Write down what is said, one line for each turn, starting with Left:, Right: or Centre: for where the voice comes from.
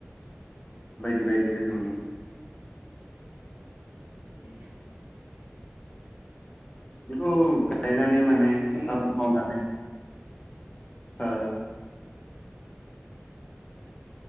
Left: बायदि बायदि रोखोमनि
Right: औ उम
Left: बेखौ गायनानै माने
Right: ओ नोंथांमोननि
Left: आबाद मावनानै ओ